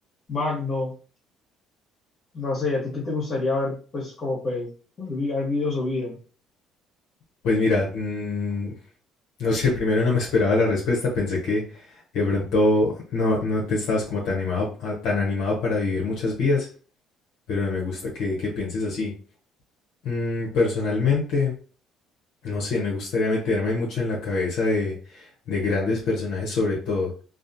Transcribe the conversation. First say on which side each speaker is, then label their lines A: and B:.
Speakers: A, on the left (about 40°); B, on the left (about 65°).
A: Magno, no sé, ¿a ti qué te gustaría ver, pues, como pues, poder vi- haber vivido su vida?
B: Pues mira, mm, no sé, primero no me esperaba la respuesta, pensé que de pronto no, no te estabas como tan animado, a- tan animado para vivir muchas vidas, pero no me gusta que, que pienses así. Mm, personalmente, no sé, me gustaría meterme mucho en la cabeza de, de grandes personajes sobre todo.